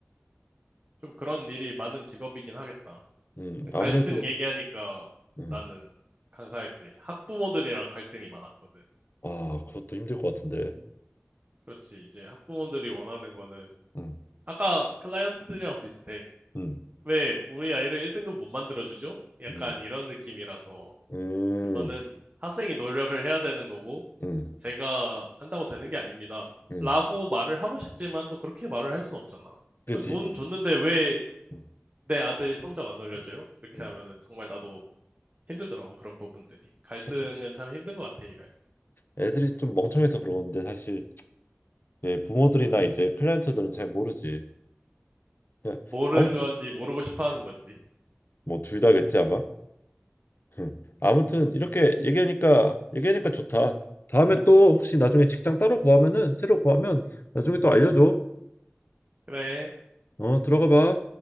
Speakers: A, on the right (about 40°); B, on the left (about 55°).
A: 좀 그런 일이 많은 직업이긴 하겠다.
B: 음,
A: 근데 갈등
B: 아무래도,
A: 얘기하니까
B: 음,
A: 나는 강사할 때 학부모들이랑 갈등이 많았거든.
B: 아, 그것도 힘들 것 같은데.
A: 그렇지. 이제 학부모들이 원하는 거는
B: 음,
A: 아까 클라이언트들이랑 비슷해.
B: 음,
A: 왜 우리 아이를 1등급 못 만들어주죠? 약간
B: 음,
A: 이런 느낌이라서
B: 음,
A: 그거는 학생이 노력을 해야 되는 거고
B: 음,
A: 제가 한다고 되는 게 아닙니다.
B: 음.
A: 라고 말을 하고 싶지만 또 그렇게 말을 할 수는 없잖아.
B: 그렇지.
A: 돈 줬는데 왜
B: 음,
A: 내 아들 성적 안 올려줘요?
B: 음.
A: 이렇게
B: 음.
A: 하면은 정말 나도 힘들더라고 그런 부분들이. 갈등은
B: 사실
A: 참 힘든 것 같아 이래.
B: 애들이 좀 멍청해서 그러는데 사실 예, 부모들이나 이제 클라이언트들은 잘 모르지. 예,
A: 모르는
B: 아무튼
A: 건지 모르고 싶어 하는 건지.
B: 뭐 둘 다겠지 아마. 음. 아무튼 이렇게 얘기하니까 얘기하니까 좋다. 다음에 또 혹시 나중에 직장 따로 구하면은 새로 구하면 나중에 또 알려줘.
A: 그래.
B: 어, 들어가 봐.